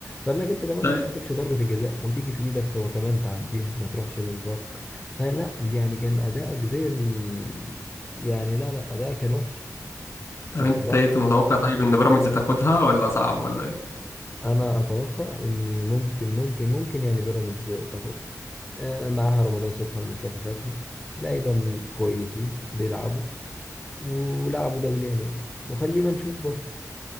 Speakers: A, on the left (about 20°); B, on the left (about 50°).
A: فانك انت كمان
B: طيب
A: ما تكسبش ضربة الجزاء وتيجي في ايدك فكمان تعديها ما تروحش للفار فلا يعني كان ادائك زي ال... يعني لا لا ادائك كان وحش
B: طب
A: بصراحة
B: انت ايه متوقع طيب ان بيراميدز تاخدها ولا صعب ولا ايه؟
A: انا اتوقع ان ممكن ممكن ممكن يعني بيراميدز تاخدها آه، معاها رمضان صبحي ومصطفى فتحي لعيبه م- كويسين بيلعبوا ولعبوا دوليا يعني وخلينا نشوف برضه